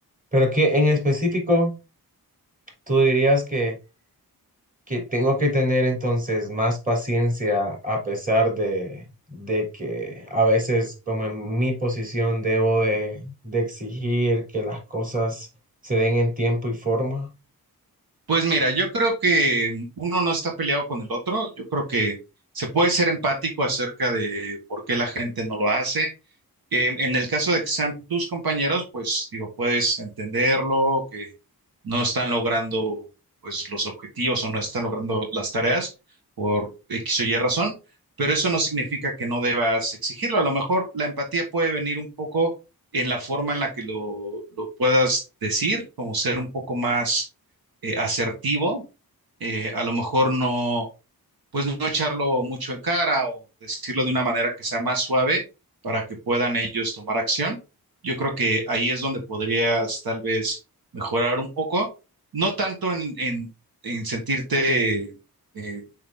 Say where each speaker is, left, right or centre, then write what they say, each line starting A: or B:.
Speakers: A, on the right; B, on the right.
A: pero que en específico tú dirías que que tengo que tener entonces más paciencia a pesar de, de que a veces como en mi posición debo de, de exigir que las cosas se den en tiempo y forma.
B: Pues mira, yo creo que mm, uno no está peleado con el otro. Yo creo que se puede ser empático acerca de por qué la gente no lo hace. Eh, en el caso de que sean tus compañeros, pues digo, puedes entenderlo, que no están logrando pues los objetivos o no están logrando las tareas por X o Y razón, pero eso no significa que no debas exigirlo. A lo mejor la empatía puede venir un poco en la forma en la que lo, lo puedas decir, como ser un poco más eh, asertivo. Eh, a lo mejor no pues no echarlo mucho en cara o decirlo de una manera que sea más suave para que puedan ellos tomar acción. Yo creo que ahí es donde podrías tal vez mejorar un poco, no tanto en, en, en sentirte, eh,